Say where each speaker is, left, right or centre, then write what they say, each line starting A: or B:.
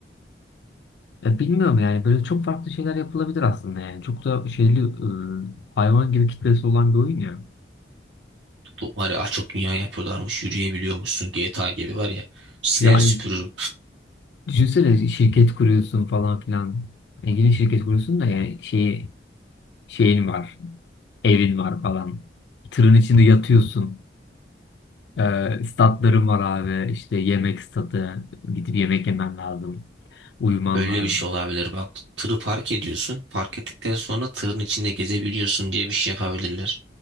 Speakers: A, on the left; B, on the right.
A: ya bilmiyorum yani. Böyle çok farklı şeyler yapılabilir aslında yani. Çok da şeyli e, hayvan gibi kitlesi olan bir oyun ya.
B: Tutup var ya açık dünya yapıyorlarmış. Yürüyebiliyormuşsun. GTA gibi var ya. Siler
A: Yani
B: süpürür
A: düşünsene şirket kuruyorsun falan filan. Yani yine şirket kuruyorsun da yani şey, şeyin var. Evin var falan. Tırın içinde yatıyorsun. Ee, statlarım var abi. İşte yemek statı. Gidip yemek yemen lazım. Uyuman
B: Böyle
A: lazım.
B: bir şey olabilir bak. Tırı park ediyorsun. Park ettikten sonra tırın içinde gezebiliyorsun diye bir şey yapabilirler.